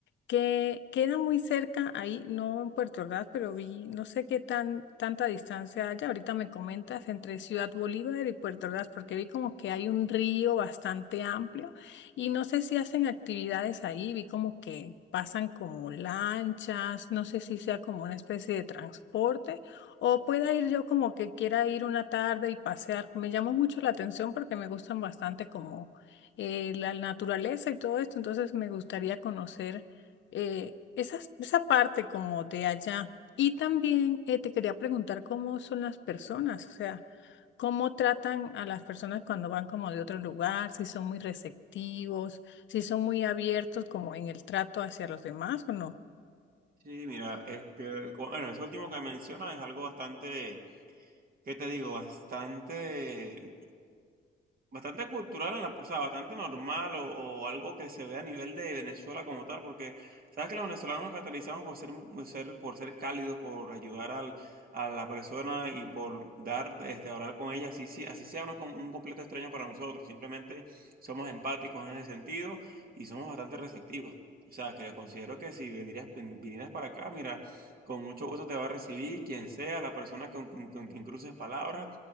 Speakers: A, on the left (about 70°); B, on the right (about 45°).
A: que queda muy cerca ahí, no en Puerto Ordaz, pero vi, no sé qué tan tanta distancia haya. Ahorita me comentas entre Ciudad Bolívar y Puerto Ordaz, porque vi como que hay un río bastante amplio y no sé si hacen actividades ahí, vi como que pasan como lanchas, no sé si sea como una especie de transporte o pueda ir yo como que quiera ir una tarde y pasear. Me llamó mucho la atención porque me gustan bastante como eh, la naturaleza y todo esto, entonces me gustaría conocer eh, esas- esa parte como de allá. Y también eh, te quería preguntar cómo son las personas, o sea, cómo tratan a las personas cuando van como de otro lugar, si son muy receptivos, si son muy abiertos como en el trato hacia los demás o no.
B: Sí, mira, este, co- bueno, eso último que menciona es algo bastante, ¿qué te digo? Bastante Bastante cultural, en la, o sea, bastante normal o, o algo que se ve a nivel de Venezuela como tal, porque sabes que los venezolanos nos caracterizamos por ser, por ser, por ser cálidos, por ayudar al, a la persona y por dar, este, hablar con ella, así, sí- así sea una com- un completo extraño para nosotros, simplemente somos empáticos en ese sentido y somos bastante receptivos. O sea, que yo considero que si vendrías, vin- vinieras para acá, mira, con mucho gusto te va a recibir quien sea, la persona con, con con quien cruces palabras